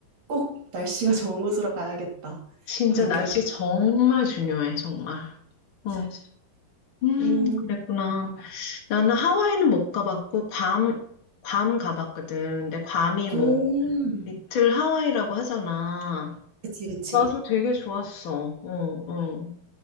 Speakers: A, on the right (about 50°); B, on the left (about 70°).
A: 꼭 날씨가 <laughs> 좋은 곳으로 가야겠다.
B: 진짜
A: 느꼈던
B: 날씨 정말 중요해, 정말. 어,
A: 거지.
B: 음,
A: 음,
B: 그랬구나. 나는 하와이는 못 가봤고, 괌, 괌 가봤거든. 근데 괌이 뭐,
A: 음,
B: 리틀 하와이라고 하잖아.
A: 그치, 그치.
B: 나도 되게 좋았어. 응, 응.